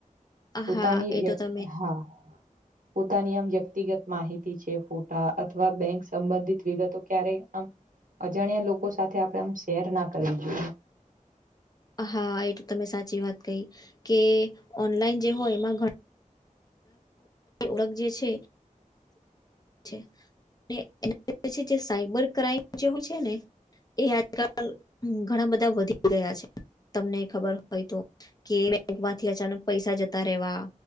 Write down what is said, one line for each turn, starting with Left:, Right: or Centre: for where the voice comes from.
Right: પોતાની
Left: હા
Right: વ
Left: એ તો તમે
Right: હા પોતાની આમ વ્યક્તિગત માહિતી છે. ફોટા અથવા બેંક સંબંધિત વિગતો ક્યારે આમ. અજાણ્યા લોકો સાથે આપડે આમ શેર ના કરવી જોઈએ.
Left: હા એ તો તમે સાચી વાત કહી કે ઓનલાઈન જે હોય એમાં. ઓળખ જે છે છે. અને એના જે સાઈબર ક્રાઈમ જે હોય છે ને. એ આજકાલ ઘણા બધા વધી ગયા છે તમને ખબર હોય તો. કે બેંક માંથી અચાનક પૈસા જતા રહેવા.